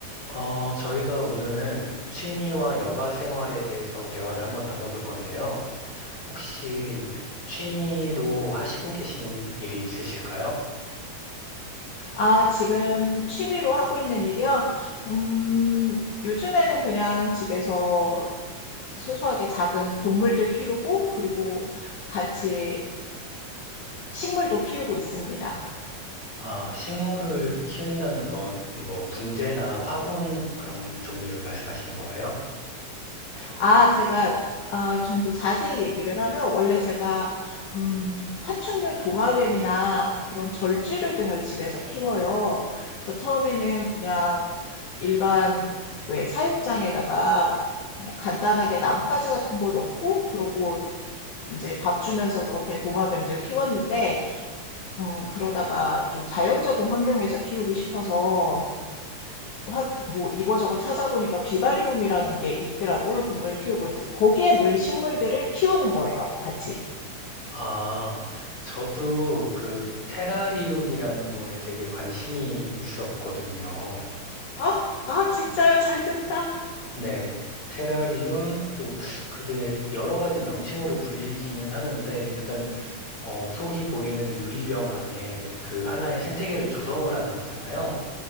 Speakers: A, on the left (about 40°); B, on the left (about 70°).
A: 어, 저희가 오늘 취미와 여가 생활에 대해서 대화를 한번 나눠볼 건데요. 혹시 취미로 하시고 계시는 일이 있으실까요?
B: 아, 지금 취미로 하고 있는 일이요? 음, 요즘에는 그냥 집에서 소소하게 작은 동물들 키우고, 그리고 같이 식물도 키우고 있습니다.
A: 아, 식물을 키운다는 건 뭐 분재나 화분 그런 종류를 말씀하시는 거예요?
B: 아, 제가, 아, 좀 더 자세히 얘기를 하면, 원래 제가, 음, 파충류 도마뱀이나 그런 절지류 등을 집에서 키워요. 그래서 처음에는 그냥 일반, 왜, 사육장에다가 그냥 간단하게 나뭇가지 같은 거 넣고, 그러고 이제 밥 주면서 그렇게 도마뱀들 키웠는데, 음, 그러다가 좀 자연적인 환경에서 키우고 싶어서, 화- 뭐 이거저거 찾아보니까 비바리움이라는 게 있더라고요. 동물 키우고 이제 거기에 늘 식물들을 키우는 거예요. 같이.
A: 아, 저도 그 테라리움이라는 거에 되게 관심이 있었거든요.
B: 아, 아, 진짜요? 잘 됐다.
A: 네, 테라리움 또 그게 여러 가지 명칭으로 불리기는 하는데 일단 어, 속이 보이는 유리병 안에 그 하나의 생태계를 조성을 하는 거잖아요.